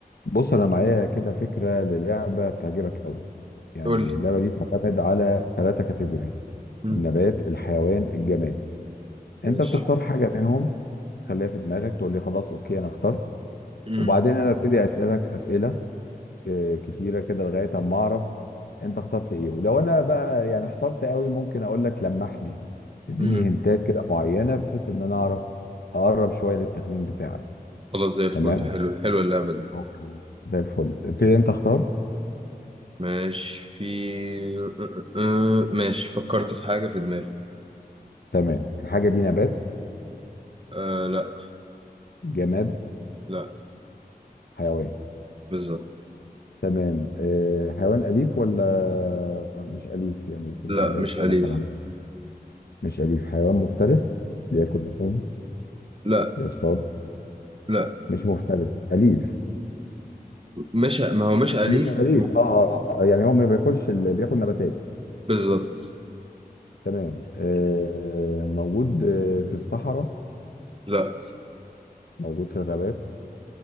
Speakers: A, on the left; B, on the right.
A: بص انا معايا كده فكره للعبه تعجبك قوي يعني
B: قول لي
A: اللعبه دي بتعتمد على ثلاثه كاتيجوري
B: مم.
A: النبات الحيوان الجماد انت
B: ماشي
A: بتختار حاجه منهم تخليها في دماغك تقول لي خلاص اوكي انا اخترت
B: مم.
A: وبعدين انا ابتدي اسالك اسئله آه، كتيره كده لغايه اما اعرف انت اخترت ايه ولو انا بقى يعني احترت قوي ممكن اقول لك لمح لي تديني
B: مم.
A: هنتات كده معينه بحيث ان انا اعرف اقرب شويه للتخمين بتاعك
B: خلاص زي الفل
A: تمام
B: حلو حلو اللعبة دي
A: اوكي زي الفل ابتدي انت اختار
B: ماشي في أه، أه، ماشي فكرت في حاجة في دماغي
A: تمام الحاجة دي نبات
B: أه لا
A: جماد
B: لا
A: حيوان
B: بالظبط
A: تمام أه حيوان أليف ولا مش أليف يعني في الغابات
B: لا مش
A: مثلا
B: أليف
A: مش أليف حيوان مفترس بياكل لحوم
B: لا
A: بيصطاد
B: لا
A: مش مفترس أليف
B: مش ما هو مش أليف
A: مش أليف اه آه، آه، يعني هو ما بياكلش ال- بياكل نباتات
B: بالظبط
A: تمام أه موجود آه، في الصحراء
B: لا
A: موجود في الغابات